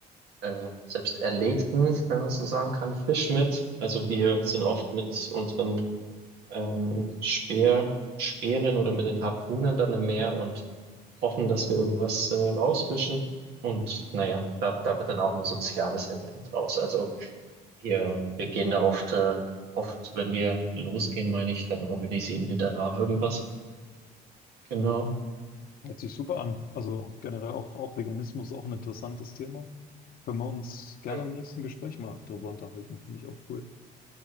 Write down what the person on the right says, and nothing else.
äh, selbst erlegten, wenn man so sagen kann, Fisch mit. Also wir sind oft mit unseren ähm, Speer, Speeren oder mit den Harpunen dann im Meer und hoffen, dass wir irgendwas äh, rauswischen. Und naja, da, da wird dann auch ein soziales Event raus. Also wir, wir gehen da oft, äh, oft, wenn wir losgehen, meine ich, dann organisieren wir danach irgendwas. Genau.
Mhm.